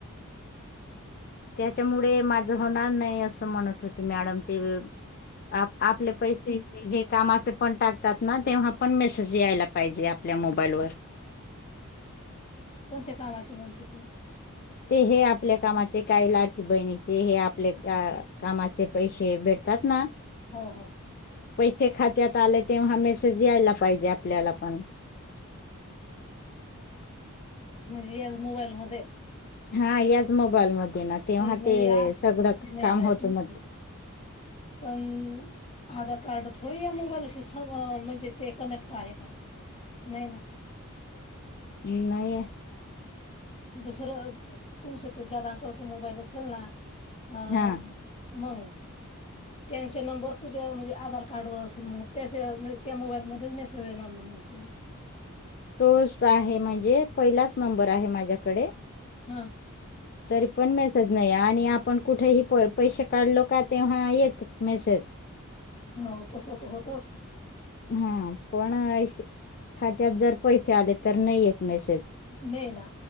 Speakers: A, on the left; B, on the left.
A: त्याच्यामुळे माझे होणार नाही असं म्हणत होती मॅडम ते आप आपले पैसे घेत कामाचे पण टाकतात ना तेव्हा पण मेसेज यायला पाहिजे आपल्या मोबाईलवर.
B: कोणत्या कामाशी म्हणतो तु?
A: ते हे आपल्या कामाचे काही लाडकी बहिणीचे हे आपल्या कामाचे पैसे बेट तात ना
B: हो हो.
A: पैसे खात्यात आले तेव्हा हा मेसेज यायला पाहिजे आपल्याला पण.
B: म्हणजे याच मोबाईल मध्ये....
A: हा याच मोबाईलमध्ये ना तेव्हा
B: नाही, म्हणजे
A: ते
B: या
A: सगळं
B: नाही
A: काम
B: ग
A: होतं म्हंजे...
B: पण आधार.... कार्ड थोडी या मोबाईलशी सम म्हणजे ते कनेक्ट आहे का? नाही ना...
A: ह नाहीयं..
B: दुसरं तुमचं ते दादांकडच मोबाईल असेल ना... अ
A: हा
B: मंग त्या.... चे नंबर तुझ्या म्हणजे आधार कार्ड वर असेल मग त्या त्या मोबाईल मध्येच मेसेज देणार ना मग तुला....
A: तोच आहे म्हणजे पहिलाच नंबर आहे माझ्याकडे....
B: हा
A: तरी पण मेसेज नाही आणि आपण कुठेही प पैसे... काढलो का तेव्हा येत मेसेज...
B: हो तसं तर होतंच...
A: हा पण खात्यात जर पैसे आले तर नाही येत. मेसेज
B: नाही ना